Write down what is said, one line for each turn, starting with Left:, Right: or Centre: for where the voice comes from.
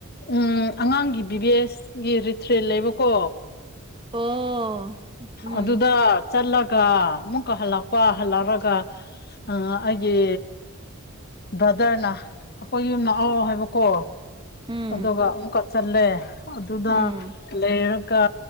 Left: ꯎꯝ ꯑꯉꯥꯡꯒꯤ ꯕꯤꯚꯦꯁꯒꯤ ꯔꯤꯇ꯭ꯔꯔꯤ ꯂꯩꯕꯀꯣ
Right: ꯑꯣ ꯎꯝ
Left: ꯑꯗꯨꯗ ꯆꯠꯂꯒ ꯑꯃꯨꯛꯀ ꯍꯜꯂꯛꯄ ꯍꯜꯂꯛꯑꯒ ꯑꯩꯒꯤ ꯕ꯭ꯔꯗꯔꯅ ꯑꯩꯈꯣꯏ ꯌꯨꯝꯅ ꯑ ꯍꯥꯏꯕꯀꯣ
Right: ꯎꯝ
Left: ꯑꯗꯨꯒ ꯑꯃꯨꯛꯀ ꯆꯜꯂꯦ ꯑꯗꯨꯗ
Right: ꯎꯝ
Left: ꯂꯩꯔꯒ